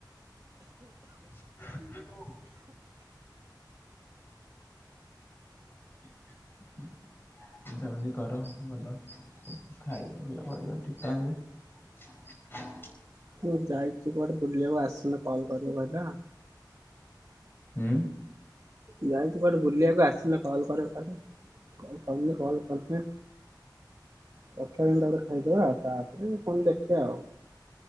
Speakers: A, on the left; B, on the right.
A: <unintelligible> <unintelligible> ବୁଝାବୁଝି କର ଭଲ, ଖାଇବା ପିଇବା କରିବ ଠିକ ଟାଇମରେ <unintelligible>
B: ମୁଁ ଯାଇଚି କୁଆଡେ ବୁଲିବାକୁ, ଆସିନେ କଲ୍ କରିବ କହିଲା।
A: ହୁଁ
B: ଯାଇଛି କୁଆଡ଼େ ବୁଲିବାକୁ, ଆସିଲେ କଲ୍ କରିବ କହିଲା, କଲ୍ କରିନି, କଲ୍ ‌କଲେ ତକ୍ଷଣଟା ଗୋଟେ ଖାଇଦେବା, ତାପରେ ପୁଣି ଦେଖିବା ଆଉ